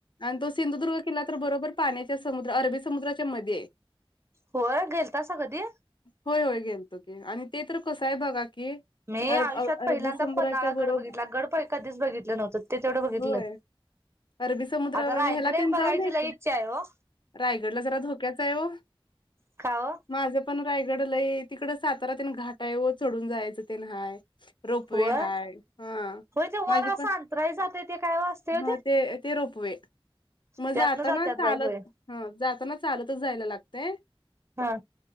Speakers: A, on the left (about 55°); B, on the right (about 30°).
A: आणि तो सिंधुदुर्ग किल्ला तर बरोबर पाण्याच्या समुद्र अरबी समुद्राच्या मध्यी आहे.
B: होय, गेलतासा कधी?
A: होय होय गेलतो की आणि ते तर कसं आहे बघा की
B: मी
A: अर
B: आयुष्यात
A: अ अरबी
B: पहिल्यांदा
A: समुद्राच्या
B: पन्नाळा
A: बरोबर
B: गड बघितला, गड पाय कधीच बघितलं नव्हतं ते तेवढं बघितलं.
A: होय अरबी समुद्र
B: आता
A: म्हणजे
B: रायगड
A: ह्याला तेन
B: एक बघायची
A: जाऊन आहे की
B: लई इच्छा आहे हो.
A: रायगडला जरा धोक्याचा आहे हो.
B: का ओ?
A: माझं पण रायगड लई तिकडं सातारा तेन घाट आहे ओ चढून जायचं तेन हाय. रोपवे
B: वर
A: हाय हा
B: होय ते
A: माझे
B: वर असं
A: पण
B: अंतराळी जातय ते काय ओ असतय ओ
A: हा ते ते रोपवे म
B: त्यातनं
A: जाताना
B: जात्यात
A: चालत
B: बाई होय.
A: हा जाताना चालतच जायला लागतय.
B: हा.